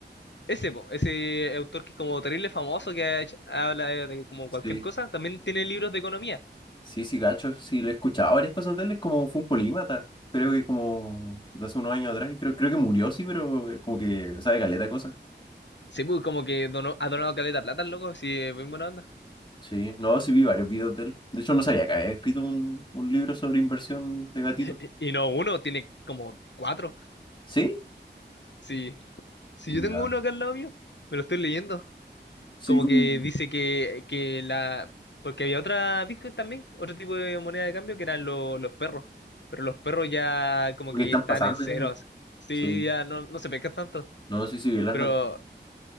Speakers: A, on the left; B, on the left.
A: ese, po, ese autor que es como terrible famoso, que ha hecho- habla de, de como
B: sí,
A: cualquier cosa, también tiene libros de economía.
B: sí, sí, gacho, sí, lo he escuchado varias cosas de él, es como fue un polímata. Creo que como de hace unos años atrás, y creo, creo que murió, sí, pero eh, como que sabe caleta de cosas.
A: Sí, pues como que donó- ha donado caleta de plata, el loco, sí, es muy buena onda.
B: Sí, no, sí vi varios videos de él. De hecho, no sabía que había escrito un, un libro sobre inversión de gatitos.
A: <laughs> Y no uno, tiene como cuatro.
B: ¿Sí?
A: Sí, si
B: Ya.
A: yo tengo uno acá al lado mío, me lo estoy leyendo.
B: Sí,
A: Como
B: como
A: que dice que, que la... Porque había otra Bitcoin también, otro tipo de moneda de cambio que eran lo- los perros. Pero los perros ya como
B: porque
A: que
B: están
A: están
B: pasando
A: en ceros.
B: ya, ¿no?
A: Sí,
B: Sí.
A: ya no, no se pescan tanto.
B: No, sí, sí, vi las
A: Pero
B: not-